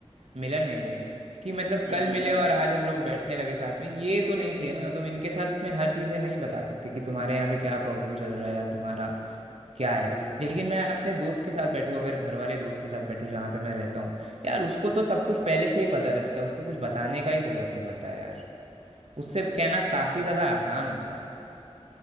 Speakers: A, on the right (about 70°); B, on the left (about 50°).
A: मिलन है ये कि मतलब
B: हम्म
A: कल मिले
B: हम्म
A: और आज हम लोग बैठने लगे साथ में ये तो नहीं चाहिए ना तुम इनके साथ में हर चीज़ें नहीं बता सकते कि तुम्हारे यहाँ पे क्या प्रॉब्लम चल रहा है या तुम्हारा क्या है
B: हम्म।
A: लेकिन मैं अपने दोस्त के साथ बैठूँ अगर घर वाले दोस्त के साथ बैठूँ जहाँ पे मैं रहता हूँ यार उसको तो सब कुछ पहले से ही पता रहता है उसको कुछ बताने का ही ज़रूरत नहीं पड़ता है यार उससे कहना काफ़ी ज़्यादा आसान होता है